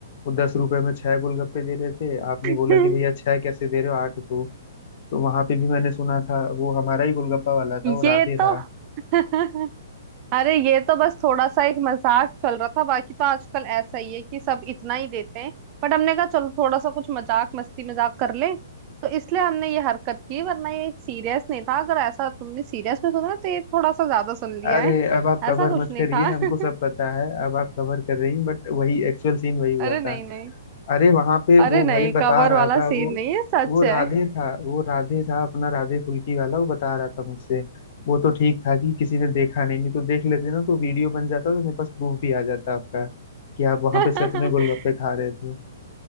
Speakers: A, on the left; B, on the right.
A: वो दस रुपए में छह गोलगप्पे दे रहे थे आपने
B: <laughs>
A: बोला कि भैया छह कैसे दे रहे हो आठ दो तो वहां पे भी मैंने सुना था वो हमारा ही गोलगप्पा वाला था वो राधे
B: ये
A: था
B: तो <laughs> अरे ये तो बस थोड़ा सा एक मजाक चल रहा था बाकी तो आजकल ऐसा ही है कि सब इतना ही देते हैं बट हमने कहा चलो थोड़ा सा कुछ मजाक मस्ती मजाक कर ले तो इसलिए हमने ये हरकत की वरना ये सीरियस नहीं था अगर ऐसा तुमने सीरियस में सुना है तो ये थोड़ा सा ज्यादा सुन लिया
A: अरे
B: है
A: अब आप कवर
B: ऐसा कुछ
A: मत
B: नहीं
A: करिए
B: था
A: हमको सब
B: <laughs>
A: पता है अब आप कवर कर रही हैं बट वही एक्चुअल सीन वही हुआ
B: अरे
A: था
B: नहीं नहीं
A: अरे वहां पे
B: अरे
A: वो
B: नहीं
A: भाई बता
B: कवर
A: रहा
B: वाला
A: था
B: सीन
A: वो
B: नहीं है सच
A: वो
B: है
A: राधे था वो राधे था अपना राधे फुल्की वाला वो बता रहा था मुझसे वो तो ठीक था कि किसी ने देखा नहीं नहीं तो देख लेते ना तो वीडियो बन जाता तो मेरे पास प्रूफ भी आ जाता आपका कि आप वहां
B: <laughs>
A: पे सच में गोलगप्पे खा रहे थे